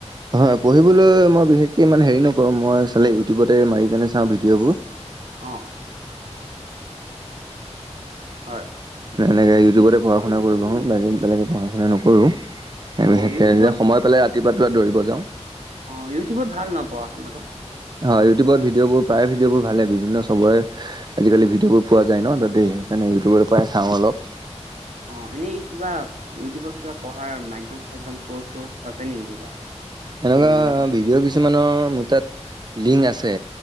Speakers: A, on the right; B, on the right.
A: হয় পঢ়িবলৈ মই বিশেষকৈ ইমান হেৰি নকৰোঁ মই চালে ইউটিউবতে মাৰিিকনে চাওঁ ভিডিঅ'বোৰ।
B: অ'। হয়
A: এনেকৈ ইউটিউবতে
B: ই
A: পঢ়া শুনা কৰিব মন যায় বেলেগে
B: অ
A: পঢ়া শুনা নকৰোঁ।
B: অ
A: এনেকে
B: ইউটিউবত
A: যে সময় পালে ৰাতিপুৱাতো দৌৰিব যাওঁ।
B: অঁ ইউটিউবত ভাল নাপাওঁ পঢ়া শুনাটো।
A: হয় ইউটিউবত ভিডিঅ' বোৰ প্ৰায় ভিডিঅ'বোৰ ভালে বিভিন্ন চবৰে। আজিকালি ভিডিঅ'বোৰ পোৱা যায় ন তাতেই সেইকাৰণে ইউটিউবৰ পৰাই চাওঁ অলপ।
B: অহ, এনেই কিবা ইউটিউবত কিবা পঢ়াৰ মাধ্যম চাধ্যম ক্ৰৰ্চ-চৰ্চ আছে নেকি কিবা? আপুনি
A: এনেকুৱা
B: জনা
A: ভিডিঅ' কিছুমানৰ মোৰ তাত লিংক আছে